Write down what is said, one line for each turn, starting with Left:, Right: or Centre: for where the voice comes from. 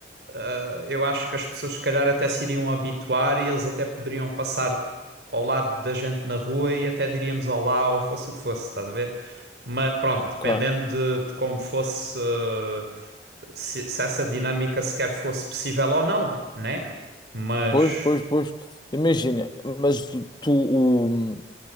Right: ah, eu acho que as pessoas se calhar até se iriam habituar e eles até poderiam passar ao lado da gente na rua e até diríamos olá ou fosse o que fosse, estás a ver? Mas pronto,
Left: Ok.
Right: dependendo de, de como fosse, eh, se, se essa dinâmica sequer fosse possível ou não, né? Mas,
Left: Pois, pois, pois. Imagina, mas tu, tu, o,